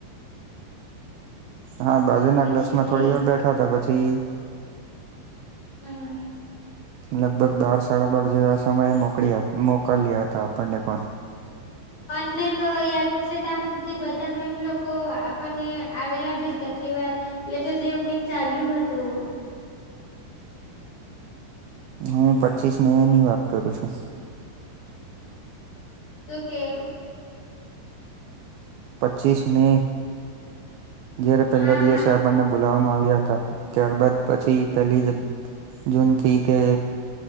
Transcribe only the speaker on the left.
પછીથી
હા.
મને તો યાદ છે તા હુંધી બધા મેમ લોકો આપણને આવેલા ભી તેટલીવાર લેચર જેવું કઈક ચાલ્યું હતું.
શું કેવ?
હા
હા હા